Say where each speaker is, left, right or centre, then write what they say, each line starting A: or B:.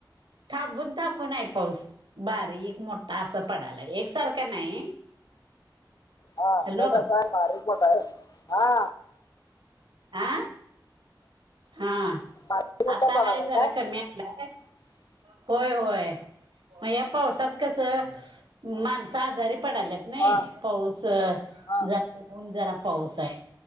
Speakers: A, on the right; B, on the left.
A: थांबून थांबून आहे पाऊस. बारीक मोठा असा पडला एकसारखा नाही.
B: हा
A: हॅलो
B: मगस आहे बारीक मोठ आहे हा
A: आ हा
B: बारीक मोठा
A: आता
B: पडालाय
A: हाय जरा कमी आलाय
B: <unintelligible>
A: होय होय मग या पावसात कसं माणसं आजारी पडाल्यात नाही
B: हा
A: पाऊस
B: हा
A: जराऊन जरा पाऊस आहे.